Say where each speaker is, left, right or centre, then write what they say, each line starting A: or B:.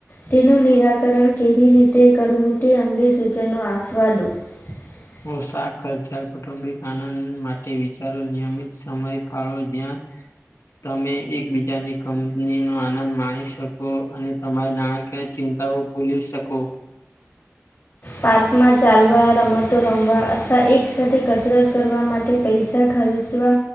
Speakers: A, on the left; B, on the left.
A: તેનું નિરાકરણ કેવી રીતે કરવું, તે અંગે સૂચનો આપવા દો. <unintelligible>
B: ઓશા ખર્ચા, કુટુંબિક આનંદ માટે વિચારો. નિયમિત સમય ફાળો, જ્યાં તમે એકબીજાની કંપની નો આનંદ માણી શકો અને તમારી નાણાકીય ચિંતાઓ ભૂલી શકો?
A: પાર્કમાં ચાલવા, રમતો રમવા અથવા એક સાથે કસરત કરવા માટે પૈસા ખર્ચ ચાવા